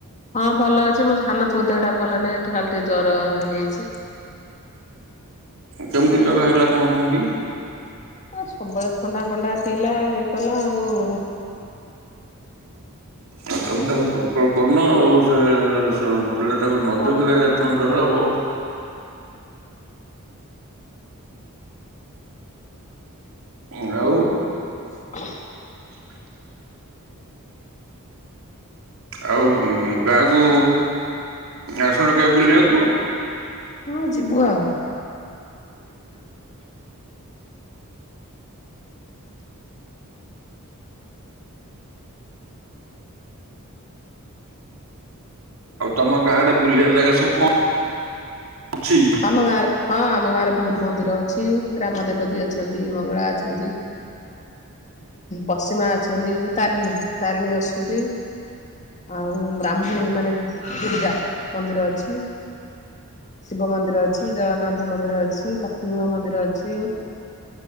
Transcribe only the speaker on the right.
କେମିତି ଜର ହେଲା କଁ କେମିତି?
ଆଉ ତମେ ତାକୁ କଣ୍ଟ୍ରୋଲ କରୁନ ଆଉ ସେ ସ ପିଲା ଟାକୁ ନ
ଜଗିଲେ କଁ ଜର ହବ। ଉଁ ଆଉ।
<inaudible> ଆଉ ଗାଁକୁ ଆସୁନୁ କେବେ ବୁଲିବାକୁ?
ଆଉ ତମ ଗାଁ ଆଡ଼େ ବୁଲିବା ଜାଗା ସବୁ କ ଅଛି?